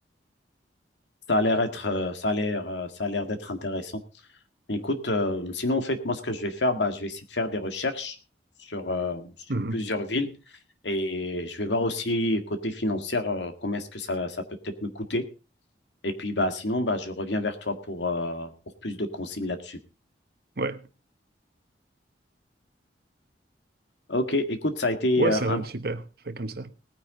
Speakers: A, on the left; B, on the right.
A: Ça a l'air être, euh, ça a l'air, euh, ça a l'air d'être intéressant. Écoute, euh, sinon, en fait, moi, ce que je vais faire, bah, je vais essayer de faire des recherches sur, euh, sur
B: Mhm.
A: plusieurs villes et je vais voir aussi côté financier euh, combien est-ce que ça, ça peut peut-être me coûter. Et puis, bah, sinon, bah, je reviens vers toi pour, euh, pour plus de consignes là-dessus.
B: Ouais,
A: Ok, écoute, ça a été,
B: ouais,
A: euh,
B: ça
A: un,
B: va, super, fait comme ça.